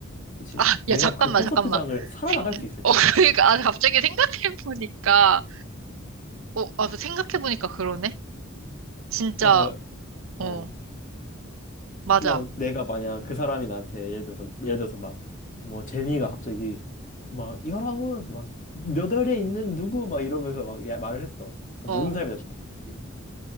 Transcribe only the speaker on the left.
그렇지.
내가
그 콘서트장을
살아나갈
수 있을까?
다,
어.
그냥 내가 만약 그 사람이 나한테 예를 들어서 예를 들어서 막 뭐 제니가 갑자기 막 여러분 막몇 월에 있는 누구 막 이러면서 막 야- 말을 했어. 그
모든 사람이 나 쳐다보겠지?